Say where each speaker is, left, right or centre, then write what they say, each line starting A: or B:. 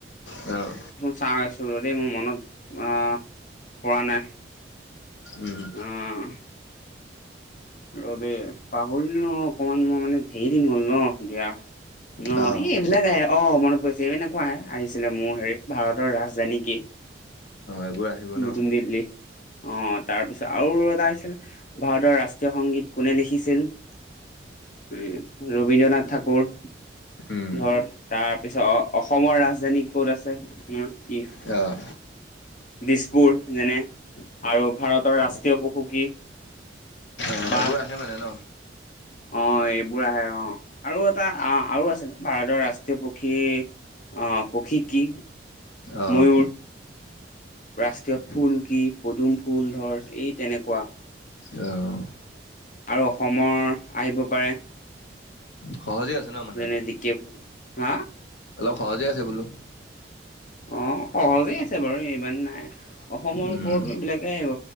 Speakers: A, on the left; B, on the left.
A: অহ
B: চাই আছো যে দেই মোৰ মনত আহ পৰা নাই।
A: উম।
B: আহ ৰ দেই পাহৰিলোঁ নহয় অকমান মই মানে ঢেৰ দিন হ'ল ন দিয়া। ন
A: অ'
B: এই এইবিলাক আহে অ মনত পৰিছে এই এনেকুৱা আহে আহিছিলে মোৰ হেৰিত ভাৰতৰ ৰাজধানী কি?
A: এইবোৰ আহিব ন
B: নতুন দিল্লী, অ তাৰপিছত আৰু। ভাৰতৰ ৰাষ্ট্ৰীয় সংগীত কোনে লিখিছিল। উম! ৰবীন্দ্ৰনাথ ঠাকুৰ।
A: উম
B: ধৰ তাৰপিছত অসমৰ ৰাজধানী ক'ত আছে উম কি?
A: অ
B: দিছপুৰ যেনে আৰু ভাৰতৰ ৰাষ্ট্ৰীয় পশু কি?
A: অ'
B: বাহ
A: এইবোৰ আহে মানে ন
B: অ, এইবোৰ আহে অ আৰু এটা আহ আৰু আছে ভাৰতৰ ৰাষ্ট্ৰীয় পক্ষী অ পক্ষী কি?
A: অহ।
B: ময়ুৰ ৰাষ্ট্ৰীয় ফুল কি? পদুম ফুল ধৰ, এই তেনেকুৱা।
A: অহ।
B: আৰু অসমৰ আহিব পাৰে।
A: সহজে আছে ন মানে
B: যেনে
A: অলপ।
B: জিকে হা?
A: অলপ সহজে আছে বোলো।
B: অ। অ সহজে আছে বাৰু ইমান নাই। অসমৰ
A: উম।
B: ওপৰতো এইবিলাকে আহিব